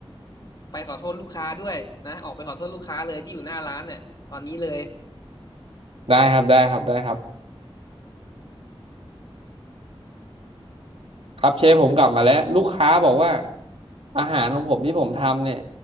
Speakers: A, on the left (about 45°); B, on the right (about 80°).
A: ไปขอโทษลูกค้าด้วยนะ ออกไปขอโทษลูกค้าเลยที่อยู่หน้าร้านเนี่ยตอนนี้เลย
B: ได้ครับได้ครับได้ครับครับเชฟผมกลับมาแล้วลูกค้าบอกว่าอาหารของผมที่ผมทำเนี่ย